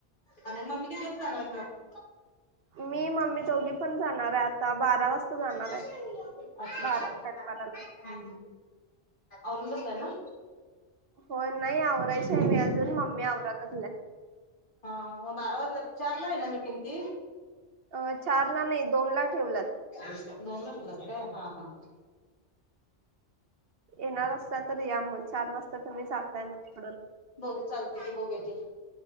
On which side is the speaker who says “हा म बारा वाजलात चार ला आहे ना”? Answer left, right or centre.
Left